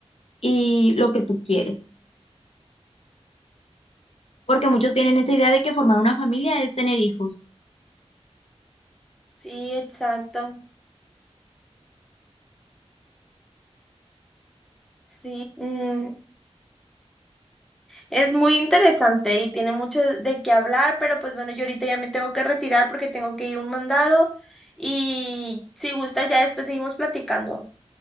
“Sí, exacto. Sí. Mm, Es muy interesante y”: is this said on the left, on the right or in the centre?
Centre